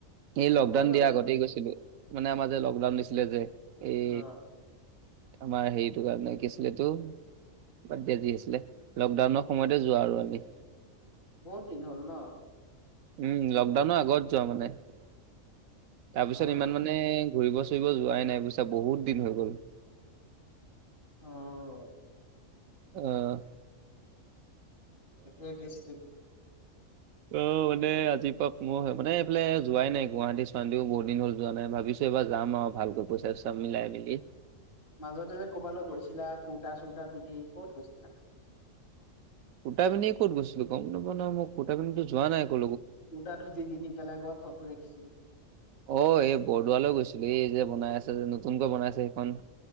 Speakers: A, on the right; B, on the left.
A: এই লকডাউন
B: হ'ল
A: দিয়া
B: আৰু
A: আগতেই গৈছিলো মানে আমাৰ যে লকডাউন দিছিলে যে এই
B: অ
A: আমাৰ হেৰিটো কাৰণে কি আছিলে এতো বাদ দিয়া যি আছিলে লকডাউনৰ সময়তে যোৱা আৰু আমি
B: বহুত দিন হ'ল ন
A: উম লকডাউনৰ আগত যোৱা মানে তাৰপিছত
B: অ
A: ইমান মানে ঘূৰিব চুৰি ব যোৱাই নাই বুইছা বহুত দিন হৈ গ'ল।
B: অ'
A: অহ
B: এ কেছ
A: অ', মানে আজি পাক মোৰ মানে এইফালে যোৱাই নাই গুৱাহাটী চোৱীও বহুত দিন হল যোৱা নাই ভাবিছো বাৰ যাম আৰু ভালকৈ পইচাই চব মিলাই মিলি
B: মাজতে যে ক'ৰবালৈ গৈছিলা কুৰ্তা চুুৰ্তা পিন্ধি ক'ত গৈছিলা
A: সুটা পন্ধিয়ে ক'ত গৈছিলো গম নাপা ন মই সুটা পিনধিো যোৱা নাই একো
B: ডাৰো দিবি বেললেগৰ ফটো দেখিছিলো
A: অ', এই বৰদোৱালৈ গৈছিলো এই যে বনাই আছে যে নতুনকৈ বনাইছে সেইখন